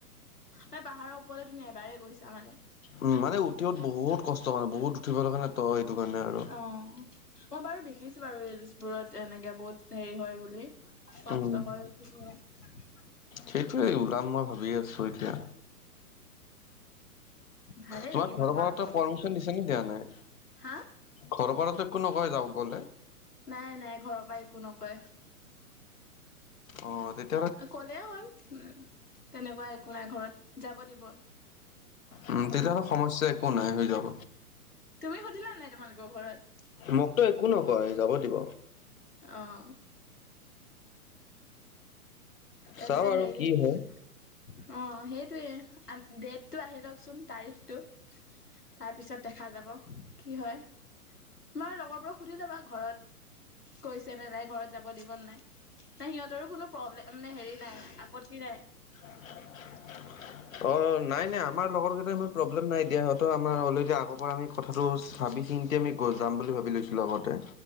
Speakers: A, on the left; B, on the left.
A: মানে পাহাৰৰ ওপৰলে তুমি এবাৰে গৈছা মানে।
B: উম মানে উঠিওত বহুত কষ্ট মানে বহুত উঠিবৰ কাৰণে ত এইটো কাৰণে। আৰু।
A: অ মই বাৰু দেখিছো বাৰু ৰিলচবোৰত এনেকে বহুত হেৰি হয় বুলি। কষ্ট
B: উম,
A: হৈ উঠি বই।
B: সেইটোৱে ওলাম মই ভাবি আছো এতিয়া।
A: ভালে
B: তোমাক
A: লাগিব
B: ঘৰৰ
A: তোমালোকৰ
B: পৰা
A: লগত
B: পাৰ্মিশন
A: গৈ
B: দিছে নে দিয়া নাই?
A: হা
B: ঘৰৰ পৰাত একো নকয় যাওঁ গ'লে?
A: নাই নাই ঘৰৰ পৰা একো নকয়।
B: অ তেত-
A: ক'লে হ'ল উ তেনেকুৱা একো নাই ঘৰত যাব দিব।
B: উম তেতিয়াহ'লে সমস্যাই একো নাই হৈ যাব।
A: তুমি সুধিলা নাই তোমালোকৰ ঘৰত?
B: মোক তো একো নকয় যাব দিব।
A: অ। তাৰ
B: চাওঁ
A: পিছৰত
B: আৰু
A: হেৰি কি
B: হয়।
A: অ সেইটোৱে আন ডেটটো আহি লওকচোন তাৰিখটো। তাৰ পিছত দেখা যাব। কি হয় তোমাৰ লগৰবোৰক সুধি লবা ঘৰত কৈছেনে নাই ঘৰত যাব দিব ন নাই? ন সিহঁতৰো কোনো প্ৰব্লেম মানে হেৰি নাই আপত্তি নাই।
B: <inaudible>
A: <inaudible>
B: অ নাই নাই আমাৰ লগৰ কেইটা ইমান প্ৰব্লেম নাই দিয়া সিহঁতৰ আমাৰ অলৰেদি আগৰ পৰা আমি কথাটো চাবিছিংতে আমি গৈ যাম বুলি ভাবি লৈছিলোঁ আগতে